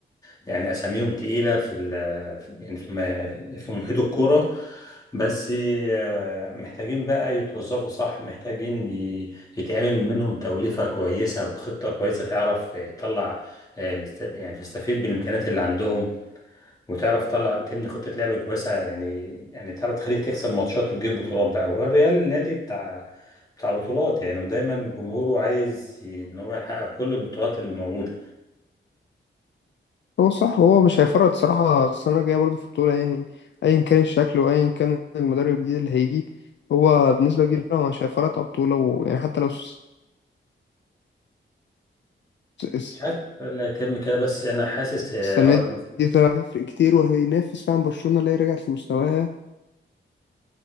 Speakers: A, on the left (about 20°); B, on the left (about 65°).
A: يعني اساميهم تقيله في ال- في- يعني في م- في محيط الكوره بس آه، محتاجين بقى يتوظفوا صح محتاجين ي- يتعمل منهم توليفه كويسه بخطه كويسه تعرف آه، تطلع آه، الاست- يعني تستفيد بالامكانيات اللي عندهم وتعرف تطلع تبني خطة لعب كويسة يعني يعني تعرف تخليه تكسب ماتشات وتجيب بطولات بقى والريال نادي بتاع بتاع بطولات يعني ودايما جمهوره عايز ي- ان هو يحقق كل البطولات اللي موجودة
B: هو صح هو مش هيفرط صراحه السنه الجايه برضه في البطوله يعني ايا كان الشكل وايا كان المدرب الجديد اللي هيجي هو بنسبه كبيره هو مش هيفرط على البطوله ويعني حتى لو الس- الس-
A: مش عارف اللي هيتم كده بس انا حاسس آه،
B: السنه
A: هو المف-
B: دي طلع هيفرق كتير وهينافس فعلا برشلونه اللي هي رجعت لمستواها